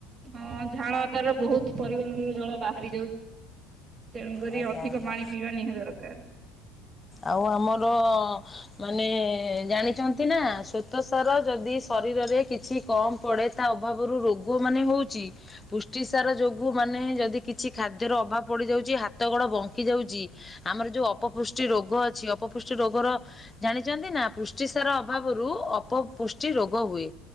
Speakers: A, on the right; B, on the left.
A: ହଁ ଝାଳ ଆକାରରେ ବହୁତ ପରିବହନ ଜଳ ବାହାରି ଯାଉଚି। ତେଣୁକରି
B: ଆଜ୍ଞା
A: ଅଧିକ
B: ଆଜ୍ଞା
A: ପାଣି ପିଇବା ନିହାତି ଦରକାର।
B: ଆଉ ଆମର ମାନେ ଜାଣିଚନ୍ତି ନା ଶ୍ଵେତ ସାର ଯଦି ଶରୀରରେ କିଛି କମ ପଡେ ତା ଅଭାବରୁ ରୋଗ ମାନେ ହୋଉଚି ପୁଷ୍ଟି ସାର ଯୋଗୁ ମାନେ ଯଦି କିଛି ଖାଦ୍ୟର ଅଭାବ ପଡିଯାଉଚି ହାତ ଗୋଡ ବଙ୍କି ଯାଉଚି ଆମର ଯୋଉ ଅପପୃ ଷ୍ଟି ରୋଗ ଅଛି ଅପପୃଷ୍ଟି ରୋଗର ଜାଣିଚନ୍ତି ନା ପୃଷ୍ଟିସାର ଅଭାବରୁ ଅପପୃଷ୍ଟି ରୋଗ ହୁଏ।